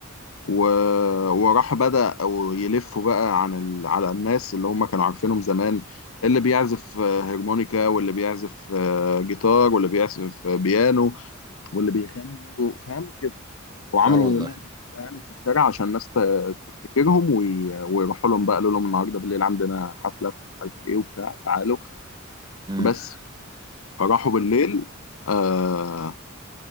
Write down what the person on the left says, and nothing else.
و... وراح بدأ أو يلفوا بقى عن ال... على الناس اللي هم كانوا عارفينهم زمان اللي بيعزف آه، هرمونيكا واللي بيعزف آه، جيتار واللي بيعزف آه، بيانو واللي بيغني فاهم كده وعملوا
لقطة يعني في الشارع عشان الناس ت- تفتكرهم وي... ويروحوا لهم بقى قالوا لهم النهارده بالليل عندنا حفلة في مش عارف ايه وبتاع تعالوا
بس فراحوا بالليل آه،